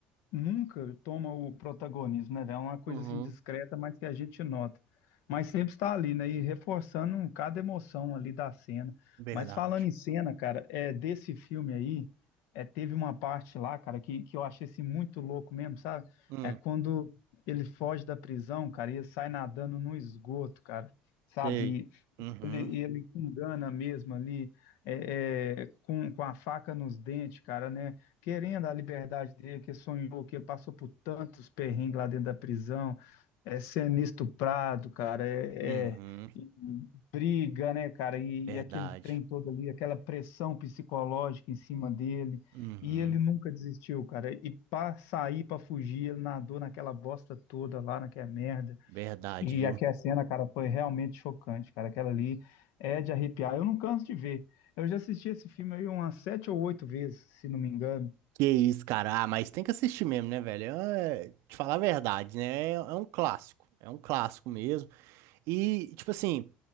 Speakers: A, on the left; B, on the right.
A: nunca toma o protagonismo, né, velho? É uma coisa
B: uhum,
A: assim discreta, mas que a gente nota. Mas sempre está ali, né? E reforçando cada emoção ali da cena.
B: verdade.
A: Mas falando em cena, cara, é desse filme aí, é, teve uma parte lá, cara, que, que eu achei assim, muito louco mesmo, sabe?
B: Hum,
A: É quando ele foge da prisão, cara, e ele sai nadando no esgoto, cara. Sabe?
B: sei. Uhum,
A: Ele, e ele te engana mesmo ali, é, é, com, com a faca nos dentes, cara, né? Querendo a liberdade dele, que sonhou, que ele passou por tantos perrengues lá dentro da prisão, é sendo estuprado, cara, é,
B: uhum,
A: é- e briga, né, cara? E,
B: verdade.
A: e aquele trem todo ali, aquela pressão psicológica em cima dele.
B: Uhum.
A: E ele nunca desistiu, cara. E pra sair, pra fugir, ele nadou naquela bosta toda lá, naquela merda.
B: Verdade,
A: E
B: viu?
A: aquela cena, cara, foi realmente chocante, cara. Aquela ali é de arrepiar. Eu não canso de ver. Eu já assisti esse filme aí umas sete ou oito vezes, se não me engano.
B: Que isso, cara. Ah, mas tem que assistir mesmo, né, velho? É, te falar a verdade, né? É é um clássico. É um clássico mesmo. E, tipo assim,